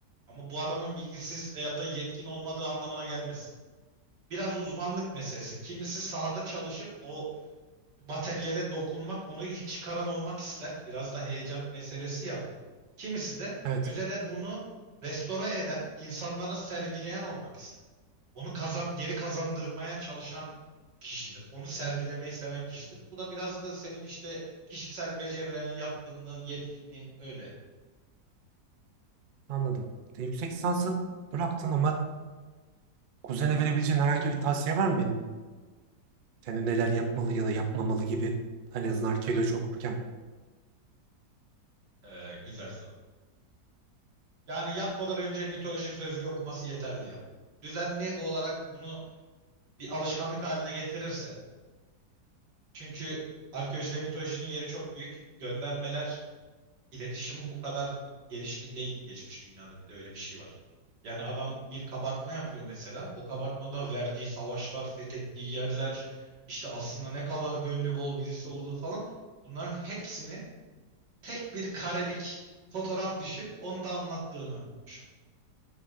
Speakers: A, on the right; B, on the right.
A: ama bu adamın bilgisiz veyahut da yetkin olmadığı anlamına gelmez. Biraz uzmanlık meselesi. Kimisi sahada çalışıp o materyale dokunmak, onu ilk çıkaran olmak ister. Biraz da heyecan meselesi ya bu. Kimisi de
B: <laughs> evet
A: müzede bunu restore eden, insanlara sergileyen olmak ister. Onu kazan, geri kazandırmaya çalışan kişidir. Onu sergilemeyi seven kişidir. Bu da biraz da senin işte kişisel becerilerin, yatkınlığın, yetkinliğin öyle.
B: anladım. De, yüksek lisansı bıraktın ama kuzene verebileceğin herhangi bir tavsiye var mı benim? Yani neler yapmalı ya da yapmamalı gibi Hani en azından arkeoloji okurken.
A: Ee, güzel soru. Yani yatmadan önce mitoloji sözlüğü okuması yeterli ya. Düzenli olarak bunu bir alışkanlık haline getirirse. Çünkü arkeolojide mitolojinin yeri çok büyük. Göndermeler, iletişim bu kadar gelişkin değildi geçmiş dünyada. Bir de öyle bir şey var. Yani adam bir kabartma yapıyor mesela. O kabartmada verdiği savaşlar, fethettiği yerler, işte aslında ne kadar gönlü bol birisi olduğu falan. Bunların hepsini tek bir karelik fotoğraf düşün, onu da anlattığını düşün.